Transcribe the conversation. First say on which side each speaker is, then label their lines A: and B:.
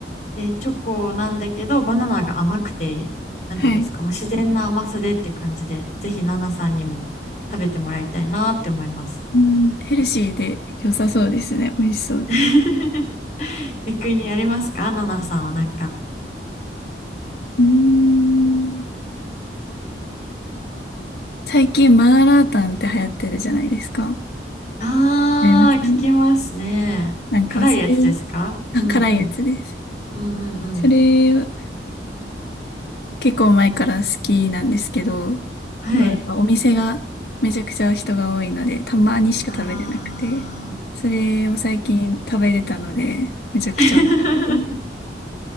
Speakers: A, on the left (about 40°); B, on the left (about 60°).
A: で、チョコなんだけど、バナナが甘くて、なんていうんですか、
B: はい。
A: もう自然な甘さでって感じで、ぜひナナさんにも食べてもらいたいなって思います。
B: うん、ヘルシーで良さそうですね。美味しそうです。
A: <laughs> 逆にありますかナナさんはなんか。
B: うーん。最近、マーラータンって流行ってるじゃないですか。わか
A: あー、
B: りますかね。
A: 聞きますね。
B: なんか、
A: 辛いやつですかうんうん。
B: それ、あ、辛いやつです。
A: うんうんうん。
B: それを結構前から好きなんですけど、
A: はい。
B: そやっぱお店がめちゃくちゃ人が多いので、たまにしか食べれなくて、
A: あ
B: それを最近食べれたので、めちゃくちゃ美味しかったです。
A: ー。<laughs>